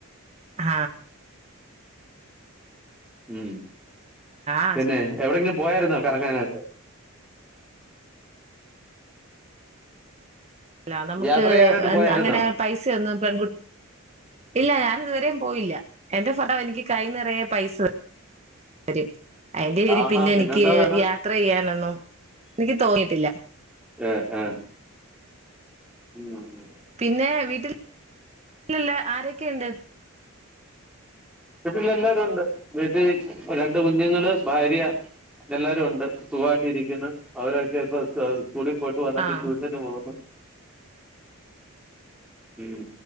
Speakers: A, on the right; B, in the centre.
A: ആ
B: ഉം
A: ആഹ്
B: പിന്നെ എവിടെങ്കിലും പോയാരുന്നോ കറങ്ങാനായിട്ട്
A: ല്ല നമുക്ക്
B: യാത്ര ചെയ്യാനായിട്ട്
A: എൻ
B: പോയായിരുന്നോ
A: അങ്ങനെ പൈസ ഒന്നും പെൺകു ഇല്ല ഞാനിതുവരേം പോയില്ല എന്റെസമയം എനിക്ക് കൈ നിറയെ പൈസ അരി അയിന്റെ പേരിൽ
B: ആഹാ
A: പിന്നെ
B: പിന്നെന്താ
A: എനിക്ക്
B: വേണം
A: യാത്ര ചെയ്യാനൊന്നും നിക്ക് തോന്നീട്ടില്ല
B: ഏ ആ ഉം ഉ
A: പിന്നെ വീട്ടിൽ ല്ല് ആരൊക്കെയുണ്ട്
B: വീട്ടിൽ എല്ലാരും ഉണ്ട് വീട്ടിൽ രണ്ട് കുഞ്ഞുങ്ങള് ഭാര്യ എല്ലാരും ഉണ്ട് സുഖമായിട്ട് ഇരിക്കുന്നു അവരൊക്കെ ഇപ്പൊ സ സ്കൂ ല് പോയിട്ടു വന്നിട്ട്
A: ആഹ്
B: ട്യൂഷന് പോന്നു ഉം